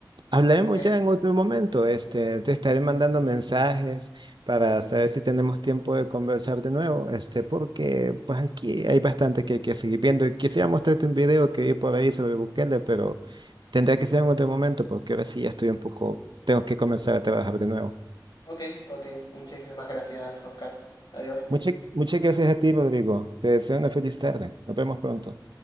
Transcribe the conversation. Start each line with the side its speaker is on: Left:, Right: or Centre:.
Right: hablaremos
Left: Ok,
Right: ya en otro momento. Este, te estaré mandando mensajes para saber si tenemos tiempo de conversar de nuevo. Este, porque pues aquí hay bastante que hay que seguir viendo. Y Quisiera mostrarte un video que vi por ahí sobre Bukele, pero tendrá que ser en otro momento porque ahora sí ya estoy un poco, tengo que comenzar a trabajar de nuevo.
Left: ok, ok. Muchísimas gracias, Oscar. Adiós.
Right: Muchas, muchas gracias a ti, Rodrigo. Te deseo una feliz tarde. Nos vemos pronto.